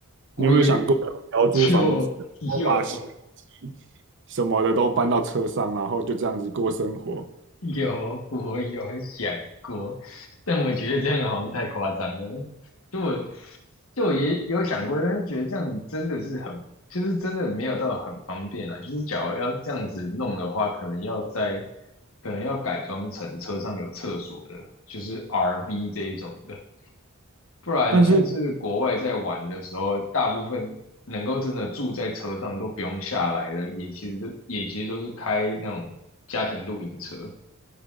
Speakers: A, on the left; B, on the right.
A: 我也
B: 你有没有想过不要租房子，
A: 就有
B: 我把洗衣机什么的都搬到车上，然后就这样子过生活？
A: 有我有想过，但我觉得这样好像太夸张了。就我就我也有想过，但是觉得这样子真的是很，就是真的没有到很方便啊。就是假如要这样子弄的话，可能要在可能要改装成车上有厕所的，就是 RV 这一种的。不然像是国外在玩的时候，
B: 但是
A: 大部分能够真的住在车上都不用下来的，也其实都也其实都是开那种家庭露营车。